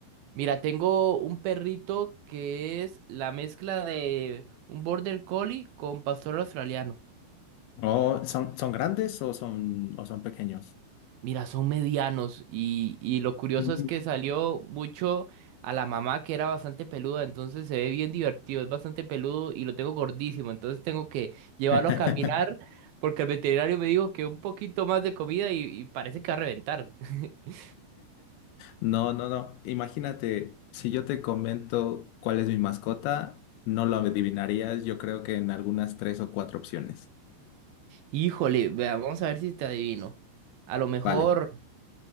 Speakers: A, on the right (about 70°); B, on the left (about 80°).
A: Mira, tengo un perrito que es la mezcla de un border collie con pastor australiano.
B: Oh, ¿son, son grandes o son, o son pequeños?
A: Mira, son medianos y, y lo curioso
B: Mm.
A: es que salió mucho a la mamá que era bastante peluda, entonces se ve bien divertido, es bastante peludo y lo tengo gordísimo, entonces tengo que llevarlo
B: <laughs>
A: a caminar porque el veterinario me dijo que un poquito más de comida y, y parece que va a reventar. <laughs>
B: No, no, no. Imagínate, si yo te comento cuál es mi mascota, no lo adivinarías, yo creo que en algunas tres o cuatro opciones.
A: Híjole, vea, vamos a ver si te adivino. A lo mejor,
B: Vale.